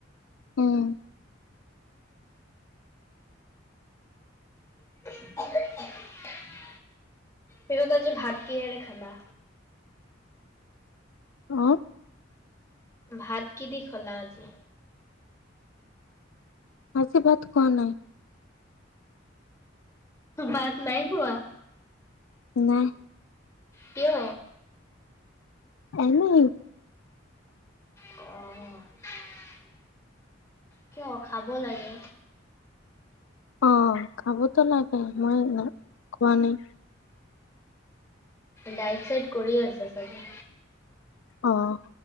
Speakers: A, on the left (about 75°); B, on the left (about 15°).
A: উম',
B: <unintelligible> পিছত আজি ভাত কিহেৰে খালা?
A: আহ',
B: ভাত কি দি খলা আজি?
A: আজি ভাত খোৱা নাই।
B: বাত নাই খোৱা?
A: নাই।
B: কিয়?
A: এনেই,
B: অ, ' <unintelligible> কিয় খাব লাগে।
A: অ', খাবতো লাগে, মই খোৱা নাই।
B: ডাইট-চাইট কৰি আছে চাগে,
A: অ',